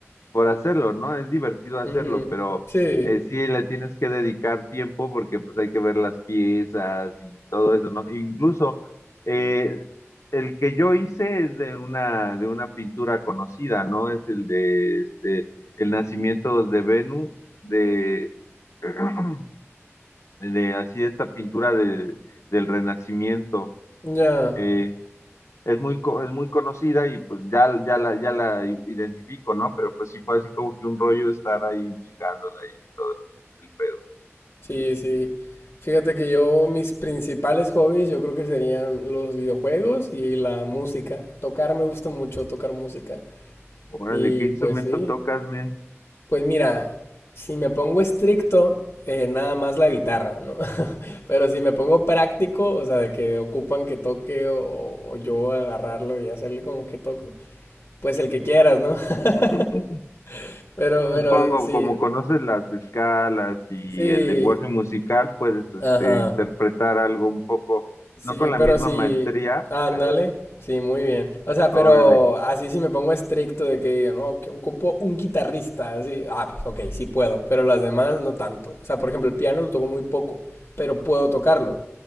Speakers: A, on the left; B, on the left.
A: por hacerlo, ¿no? Es divertido hacerlo,
B: Ujú.
A: pero
B: Sí,
A: eh, sí le tienes que dedicar tiempo porque pues hay que ver las piezas y todo eso, ¿no? Incluso eh, el que yo hice es de una, de una pintura conocida, ¿no? Es el de este, El nacimiento de Venus, de, <clears throat> de así esta pintura de- del Renacimiento.
B: ya,
A: eh, es muy, co- es muy conocida y pues ya, ya la, ya la i- identifico, ¿no? Pero pues sí fue así como que un rollo estar ahí checándola y todo el, el pedo.
B: sí, sí. Fíjate que yo, mis principales hobbies, yo creo que serían los videojuegos y la música. Tocar me gusta mucho, tocar música.
A: Órale,
B: Y
A: ¿qué instrumento
B: pues sí.
A: tocas, men?
B: Pues mira, si me pongo estricto, eh, nada más la guitarra, ¿no? <laughs> Pero si me pongo práctico, o sea, de que ocupan que toque o, o yo agarrarlo y hacerle como que toco, pues el que quieras, ¿no? <laughs>
A: <clears throat>
B: Pero, pero
A: Supongo,
B: sí,
A: como conoces las escalas y
B: sí,
A: el lenguaje musical, puedes este,
B: ajá,
A: interpretar algo un poco,
B: sí,
A: no con la
B: pero
A: misma
B: sí,
A: maestría,
B: ándale,
A: pero
B: sí, muy bien. O sea, pero
A: órale,
B: así si me pongo estricto de que digan, no, que ocupo un guitarrista, así, ah, pues ok, sí puedo, pero las demás no tanto. O sea, por ejemplo, el piano lo toco muy poco, pero puedo tocarlo.